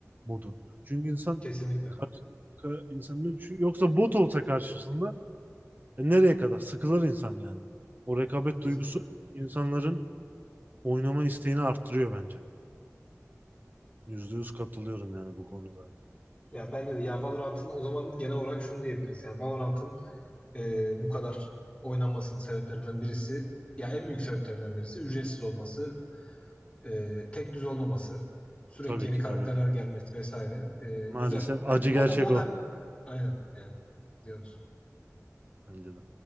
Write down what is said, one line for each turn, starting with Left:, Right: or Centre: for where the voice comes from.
Right: modu. Çünkü insan
Left: Kesinlikle.
Right: karşı insanın çünkü yoksa bot olsa karşısında e, nereye kadar sıkılır insan yani. O rekabet
Left: Kesinlikle.
Right: duygusu insanların oynama isteğini arttırıyor bence. Yüzde yüz katılıyorum yani bu konuda.
Left: Ya bence de yani Valorant'ın o zaman genel olarak şunu diyebiliriz. Yani Valorant'ın eee, bu kadar oynanmasının sebeplerinden birisi ya en büyük sebeplerinden birisi ücretsiz olması Ee, tek düz olmaması, sürekli
Right: Tabii
Left: yeni
Right: ki
Left: karakterler
Right: tabii ki.
Left: gelmesi vesaire. Ee,
Right: Maalesef
Left: güzel bence.
Right: acı
Left: Modern,
Right: gerçek
Left: modern
Right: o.
Left: aynen yani diyoruz.
Right: Bence de.